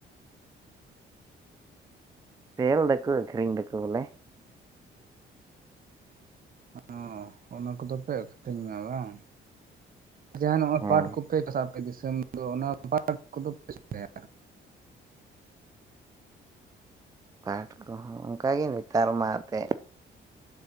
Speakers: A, on the right (about 20°); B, on the right (about 45°).
A: ᱥᱮᱞ ᱫᱟᱠᱚ ᱟᱹᱠᱷᱨᱤᱧ ᱫᱚᱠᱚ ᱵᱚᱞᱮ
B: ᱚ ᱚᱱᱟ ᱠᱚᱫᱚ ᱯᱮ ᱟᱹᱠᱷᱨᱤᱧᱟ ᱵᱟᱝ ᱡᱟᱦᱟᱸ ᱱᱚᱣᱟ
A: ᱦᱮᱸ
B: ᱯᱟᱴ ᱠᱚᱯᱮ ᱪᱟᱥᱟ ᱟᱯᱮ ᱫᱤᱥᱚᱢ ᱫᱚ ᱚᱱᱟ ᱯᱟᱴ ᱠᱚᱫᱚ ᱯᱮ ᱪᱤᱠᱭᱟ
A: ᱯᱟᱴ ᱠᱚᱦᱚᱸ ᱚᱱᱠᱟᱜᱮ ᱱᱮᱛᱟᱨ ᱢᱟ ᱛᱮᱜ